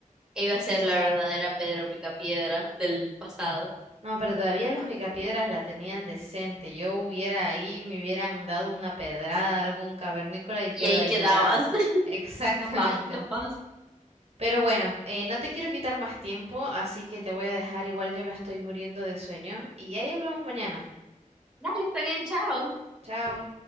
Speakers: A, in the centre; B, on the right.
A: Iba a ser la verdadera Pedro Picapiedra del pasado.
B: No, pero todavía los picapiedras la tenían decente. Yo hubiera ahí, me hubieran dado una pedrada a algún cavernícola y quedo
A: Y ahí
B: ahí
A: quedabas.
B: tirada.
A: <laughs>
B: <laughs> Exactamente.
A: Capaz, capaz.
B: Pero bueno, eh, no te quiero quitar más tiempo, así que te voy a dejar. Igual yo me estoy muriendo de sueño. Y ahí hablamos mañana.
A: Dale, está bien, chao.
B: Chao.